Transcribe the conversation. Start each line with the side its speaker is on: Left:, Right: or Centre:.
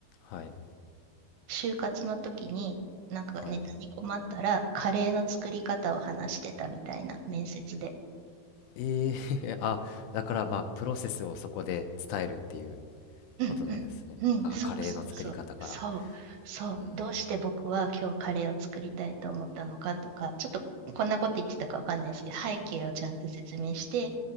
Left: はい
Right: 就活の時に、なんかネタに困ったら、
Left: はい
Right: カレーの作り方を話してたみたいな面接で。
Left: ええ <laughs> あ、だからまあプロセスをそこで伝えるっていう
Right: うん
Left: ことなんですね。
Right: うんうんそうそうそうそうそうどうして僕は今日カレーを作りたいと思ったのかとかちょっとこんなこと言ってたかわかんないですけど背景をちゃんと説明して
Left: あ、カレーの作り方から。うーん、